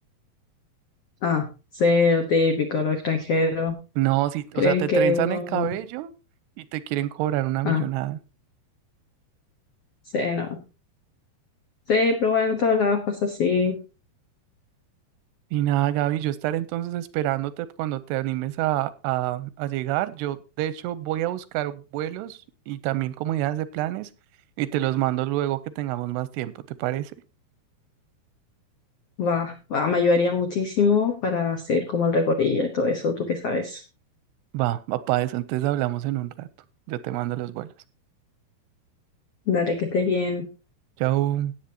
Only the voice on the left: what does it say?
Ah, cero típico, los extranjeros.
Creen
que
uno.
Ah, sí, no. Sí, pero bueno, en todos lados pasa así.
Va, va, me ayudaría muchísimo para hacer como el recorrido y todo eso, tú que sabes.
Dale, que estés bien.